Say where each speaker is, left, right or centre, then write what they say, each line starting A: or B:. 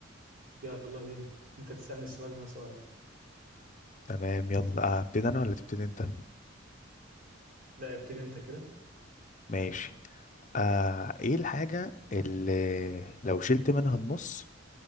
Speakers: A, on the right; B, on the left.
A: يلا بينا أنت تسألني السؤال وأنا سؤال
B: تمام يلا آه، ابتدي انا ولا تبتدي انت
A: لا ابتدي أنت كده
B: ماشي آه ايه الحاجه اللي لو شلت منها النص